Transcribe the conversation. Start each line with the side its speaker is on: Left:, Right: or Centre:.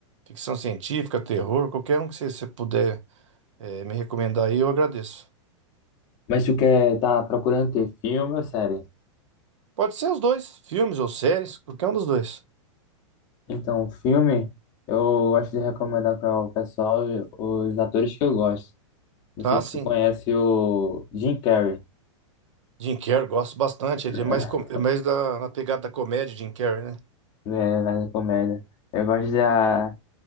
Right: ficção científica, terror, qualquer um que você, você puder eh, me recomendar aí, eu agradeço.
Left: Mas tu quer tá procurando ter filme ou série?
Right: Pode ser os dois, filmes ou séries, qualquer um dos dois.
Left: Então, filme, eu gosto de recomendar para o pessoal os atores que eu gosto. Não
Right: Tá,
Left: sei se
Right: sim.
Left: tu conhece o Jim Carrey,
Right: Jim Carrey, gosto bastante.
Left: <laughs>
Right: Ele é mais, com- é mais da, na pegada da comédia, Jim Carrey, né?
Left: né, mais comédia. Eu gosto de ah,